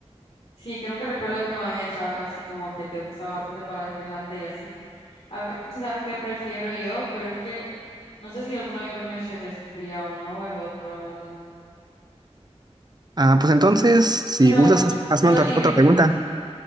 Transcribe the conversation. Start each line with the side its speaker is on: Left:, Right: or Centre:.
Left: sí, creo que recuerdo que me habías dicho algo así como que te gustaba bastante para despejarte y así. A ver, tú sabes qué prefiero yo, pero es que no sé si alguna vez yo mencioné si sería uno o el otro, la verdad.
Right: Ah, pues entonces, si
Left: Pero,
Right: gustas, haz- hazme
Left: pero
Right: otra
Left: dime.
Right: otra pregunta.